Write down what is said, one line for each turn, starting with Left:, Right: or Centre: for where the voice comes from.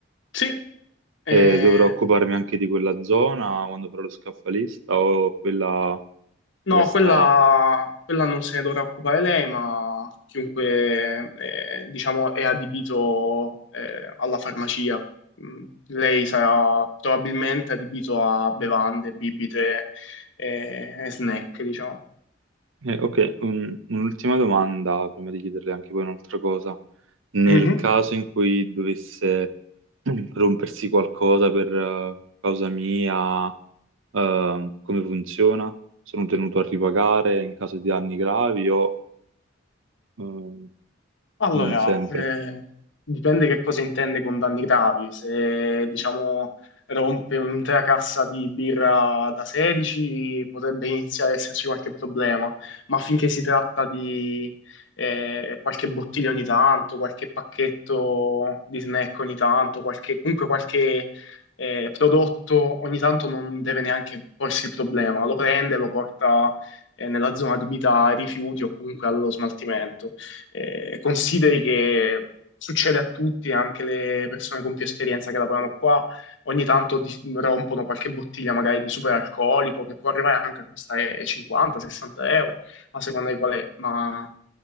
Left: Sì, eh,
Right: e dovrò occuparmi anche di quella zona quando farò lo scaffalista o quella
Left: No,
Right: resta...
Left: quella, quella non se ne dovrà occupare lei, ma chiunque, eh, diciamo, è adibito, eh, alla farmacia. Mm, Lei sarà probabilmente adibito a bevande, bibite, eh, e snack, diciamo.
Right: Eh, ok, un- un'ultima domanda prima di chiederle anche poi un'altra cosa. Nel
Left: Mhm.
Right: caso in cui dovesse <clears throat> rompersi qualcosa per eh, causa mia, eh, come funziona? Sono tenuto a ripagare in caso di danni gravi o eh,
Left: Allora,
Right: non sempre?
Left: eh, dipende che cosa intende con danni gravi. Se, diciamo, rompe un'intera cassa di birra da 16, potrebbe iniziare ad esserci qualche problema, ma finché si tratta di eh, qualche bottiglia ogni tanto, qualche pacchetto di snack ogni tanto, qualche- comunque qualche eh, prodotto ogni tanto non deve neanche porsi il problema. Lo prende, lo porta eh, nella zona adibita ai rifiuti o comunque allo smaltimento eh, consideri che succede a tutti, anche le persone con più esperienza che lavorano qua, ogni tanto di- rompono qualche bottiglia magari di superalcolico che può arrivare anche a costare 50-60 euro, a seconda di qual è, ma...